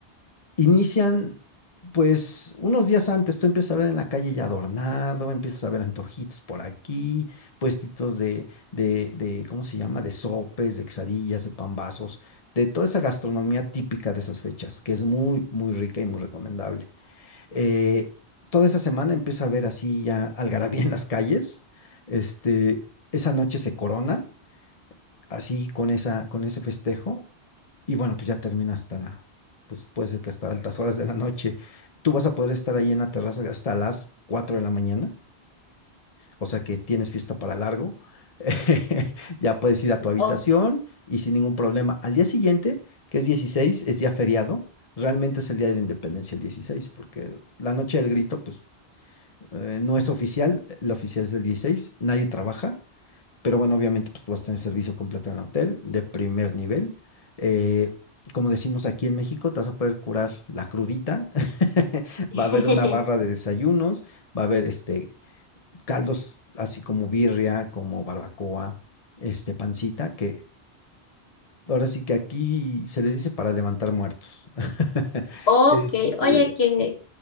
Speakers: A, on the left; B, on the left.
A: Inician, pues, unos días antes, tú empiezas a ver en la calle ya adornado, empiezas a ver antojitos por aquí, puestitos de, de, de, ¿cómo se llama? De sopes, de quesadillas, de pambazos, de toda esa gastronomía típica de esas fechas, que es muy, muy rica y muy recomendable. Eh, toda esa semana empieza a haber así ya algarabía en las calles. Este, esa noche se corona, así con esa, con ese festejo. Y bueno, pues ya termina hasta la, pues puede ser que hasta altas horas de la noche. Tú vas a poder estar ahí en la terraza hasta las 4 de la mañana. O sea que tienes fiesta para largo. <laughs> Ya puedes ir a tu habitación
B: Ok.
A: y sin ningún problema. Al día siguiente, que es dieciséis es día feriado. Realmente es el día de la independencia el dieciséis porque la noche del grito, pues eh, no es oficial, la oficial es del 16. nadie trabaja, pero bueno, obviamente pues tú vas a tener servicio completo en el hotel de primer nivel. eh, como decimos aquí en México, te vas a poder curar la crudita, <laughs>
B: <laughs>
A: va a haber una barra de desayunos, va a haber este, caldos así como birria, como barbacoa, este, pancita, que ahora sí que aquí se les dice para levantar muertos. <laughs>
B: Ok,
A: Este,
B: oye, que